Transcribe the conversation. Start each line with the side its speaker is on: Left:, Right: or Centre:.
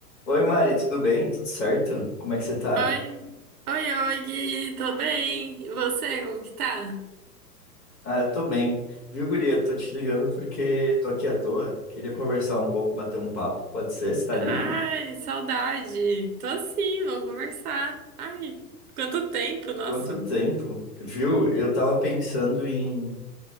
Left: Oi, Mari, tudo bem? Tudo certo? Como é que você tá?
Right: Oi, oi, oi, Gui, tô bem. E você, como que tá?
Left: Ah, eu tô bem. Viu, guria? Tô te ligando porque tô aqui à toa. Queria conversar um pouco, bater um papo, pode ser? Você tá
Right: Ai,
Left: livre?
Right: saudade. Tô sim, vamos conversar. Ai, quanto tempo, nossa.
Left: Quanto tempo? Viu? Eu tava pensando em